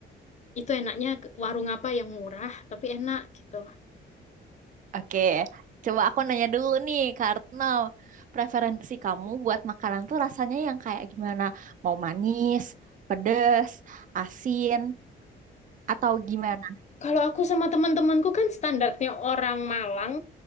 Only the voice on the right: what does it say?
Oke, Coba aku nanya dulu nih, karena preferensi kamu buat makanan tuh rasanya yang kayak gimana? Mau manis, pedes, asin, atau gimana?